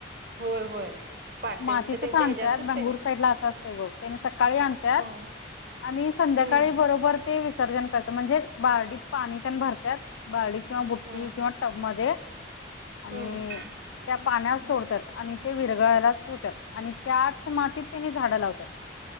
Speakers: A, on the right; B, on the left.
A: होय होय. पाट्यांच्या
B: मातीचचं
A: त्यांच्या
B: आणत्यात
A: ह्याच्यातच
B: बेंगळुर
A: त्याने
B: साईडला असं असतंय बघं त्यानी सकाळी आणत्यात
A: हम्म
B: आणि संध्याकाळी
A: हम्म
B: बरोबर ते विसर्जन करत म्हणजे बारडीत पाणी तेन भरत्यात बारडी किंवा बुट्टी
A: हम्म
B: किंवा टब मध्ये. आणि
A: हम्म
B: त्या पाण्यात सोडत्यात आणि ते विरघळायला ठेवत्यात आणि त्याचं मातीत त्यांनी झाडं लावत्यात.